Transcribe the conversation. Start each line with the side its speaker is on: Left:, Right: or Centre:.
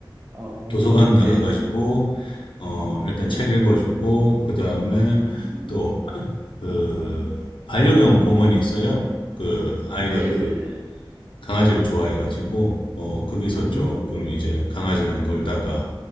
Right: 어,
Left: 도서관 나가가지고
Right: 예, 예.
Left: 어 일단
Right: 예.
Left: 책 읽어주고 그 다음에
Right: 음,
Left: 또 그 반려견 공원이 있어요. 그 아이가
Right: 네.
Left: 그 강아지를 좋아해가지고 뭐 거기서
Right: 음,
Left: 조금 이제 강아지랑 놀다가